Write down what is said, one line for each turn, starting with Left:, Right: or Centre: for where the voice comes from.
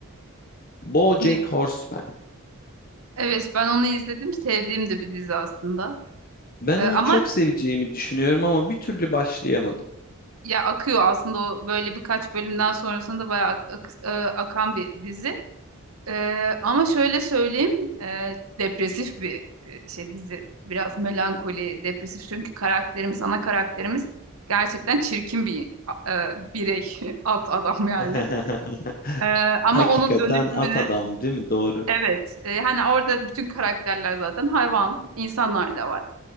Left: BoJack
Right: Hani,
Left: Horseman.
Right: evet ben onu izledim sevdiğim de bir dizi aslında.
Left: Ben
Right: Ee,
Left: onu
Right: ama
Left: çok seveceğimi düşünüyorum ama bir türlü başlayamadım.
Right: ya akıyor aslında o böyle birkaç bölümden sonrasında bayağı ak- ak- e, akan bir dizi. Ee, ama şöyle söyleyeyim e, depresif bir e, şey dizi biraz melankoli depresif çünkü karakterimiz ana karakterimiz gerçekten çirkin bir e, birey <laughs> at adam yani.
Left: <laughs>
Right: Ee, ama
Left: Hakikaten
Right: onun dönüşümünü
Left: at adam değil mi? Doğru.
Right: Evet, e, hani orada bütün karakterler zaten hayvan, insanlar da var.